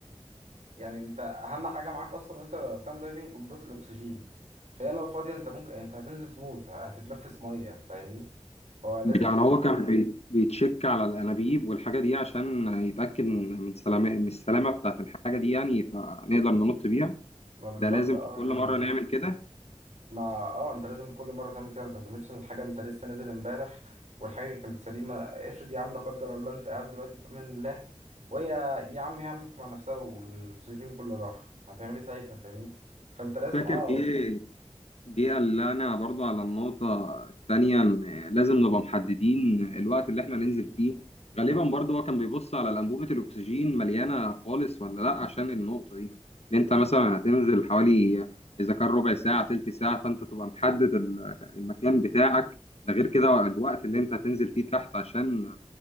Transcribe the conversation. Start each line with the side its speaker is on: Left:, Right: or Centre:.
Right: يعني انت اهم حاجه معاك اصلا وانت بتعمل دايفنج قنبله الاكسجين فهي لو فاضيه انت ممكن يعني انت هتنزل تموت هتتلفس ميه فاهمني هو لازم
Left: يعني
Right: بي...
Left: هو كان بي... بيتشك على الانابيب والحاجه دي عشان يتاكد من سلامه من السلامه بتاعه الحاجه دي يعني فنقدر ننط بيها
Right: ما بالظبط
Left: ده لازم
Right: اه
Left: في كل
Right: يعني
Left: مره نعمل كده
Right: ما اه انت لازم كل مره تعمل كده ما تعتمدش ان الحاجه انت لسه نازل امبارح والحاجه كانت سليمه افرض يا عم لا قدر الله انت قاعد دلوقتي في امان الله وهي يا عم هي عملت مع نفسها والاكسجين كله راح هتعمل ايه ساعتها فاهمني فانت لازم
Left: فاكر
Right: اه
Left: ايه دي اللي انا برضو على النقطة التانية إن لازم نبقى محددين الوقت اللي احنا ننزل فيه غالبا برضو هو كان بيبص على الأنبوبة الأكسجين مليانة خالص ولا لأ عشان النقطة دي إن أنت مثلا هتنزل حوالي إذا كان ربع ساعة تلت ساعة فأنت تبقى محدد ال- المكان بتاعك ده غير كده الوقت اللي أنت هتنزل فيه تحت عشان